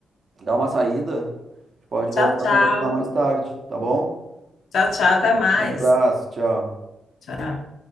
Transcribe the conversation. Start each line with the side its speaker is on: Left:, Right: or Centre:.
Right: dar uma saída. A gente pode
Left: Tchau,
Right: voltar
Left: tchau.
Right: a conversar mais tarde, tá bom?
Left: Tchau, tchau, até mais.
Right: Um abraço, tchau.
Left: Tchau.